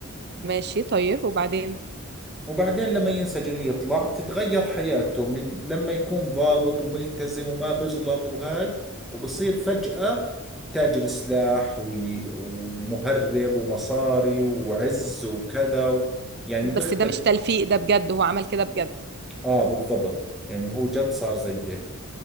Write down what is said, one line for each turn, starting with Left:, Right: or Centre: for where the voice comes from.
Right: ماشي طيب وبعدين
Centre: وبعدين لما ينسجن ويطلع بتتغير حياته من لما يكون ضابط وملتزم وما بغلط وهاي وبصير فجأة تاجر سلاح وي- ومهرب ومصاري وعز وكذا و يعني
Right: بس
Centre: بيختلف
Right: ده مش تلفيق ده بجد هو عمل كده بجد
Centre: اه بالضبط يعني هو جد صار زي هيك